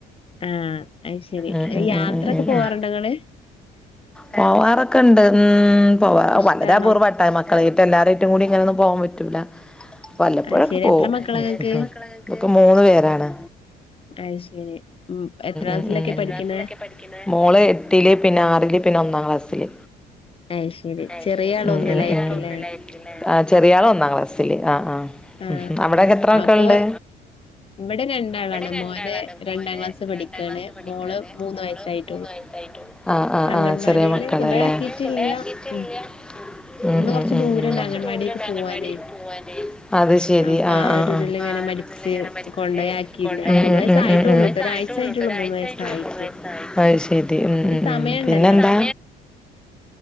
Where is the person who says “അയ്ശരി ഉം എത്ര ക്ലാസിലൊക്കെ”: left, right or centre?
Left